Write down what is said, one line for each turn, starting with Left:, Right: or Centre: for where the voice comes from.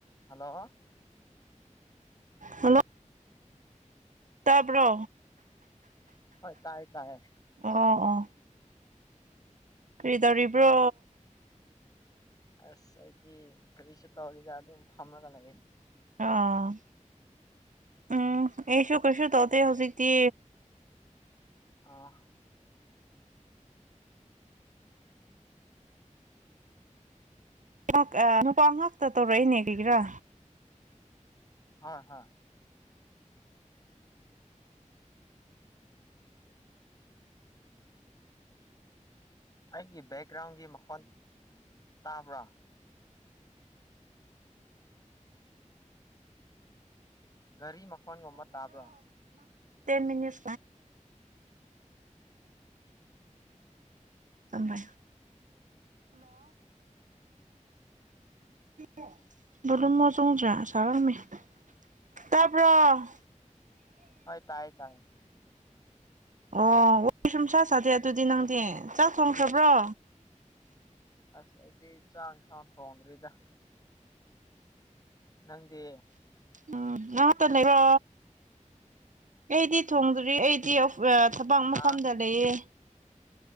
Left: Hello.
Right: Hello. ꯇꯄ꯭ꯔꯣ꯫
Left: ꯍꯣꯏ ꯇꯥꯏ ꯇꯥꯏ꯫
Right: ꯑꯣ ꯑꯣ꯫ ꯀꯔꯤ ꯇꯧꯔꯤꯕ꯭ꯔꯣ꯫
Left: ꯑꯁ ꯑꯩꯗꯤ ꯀꯔꯤꯁꯨ ꯇꯧꯔꯤꯗ ꯑꯗꯨꯝ ꯐꯝꯂꯒ ꯂꯩꯑꯦ꯫
Right: ꯑ ꯎꯝ ꯑꯦꯁꯨ ꯀꯁꯨ ꯇꯇꯩ ꯍꯧꯖꯤꯛꯇꯤ꯫
Left: ꯑꯥ꯫
Right: ꯉꯥ ꯅꯨꯄꯥ ꯉꯥꯛꯇ ꯇꯧꯔꯛꯏꯅꯦ ꯀꯩꯒꯤꯔꯥ꯫
Left: ꯍꯣꯏ ꯍꯣꯏ꯫ ꯑꯩꯒꯤ ꯕꯦꯛꯒ꯭ꯔꯥꯎꯟꯒꯤ ꯃꯈꯣꯟ ꯇꯥꯕ꯭ꯔꯥ꯫ ꯒꯥꯔꯤ ꯃꯈꯣꯟꯒꯨꯝꯕ ꯇꯥꯕ꯭ꯔꯣ꯫
Right: ꯇꯦꯟꯃꯤꯅꯤꯠ꯫ ꯍꯜꯂꯣ꯫ <unintelligible> <unintelligible> ꯇꯥꯄꯔꯣ꯫
Left: ꯍꯣꯏ ꯇꯥꯏꯌꯦ ꯇꯥꯏ꯫
Right: ꯑꯣ ꯋꯥꯔꯤ ꯁꯨꯝ ꯁꯥꯥ ꯁꯥꯗꯦ ꯑꯗꯨꯗꯤ ꯅꯪꯗꯤ ꯆꯥꯛ ꯊꯣꯡꯈ꯭ꯔꯕ꯭ꯔꯣ꯫
Left: ꯑꯁ ꯑꯩꯗꯤ ꯆꯥꯛ ꯏꯪꯁꯥꯡ ꯊꯣꯡꯗ꯭ꯔꯤꯗ꯫ ꯅꯪꯗꯤ꯫
Right: ꯎꯝ ꯉꯥꯛꯇ ꯂꯩꯔꯣ ꯑꯩꯗꯤ ꯊꯣꯡꯗ꯭ꯔꯤ ꯑꯩꯗꯤ꯫ ꯊꯕꯛ
Left: ꯍꯥ
Right: ꯃꯐꯝꯗ ꯂꯩꯌꯦ꯫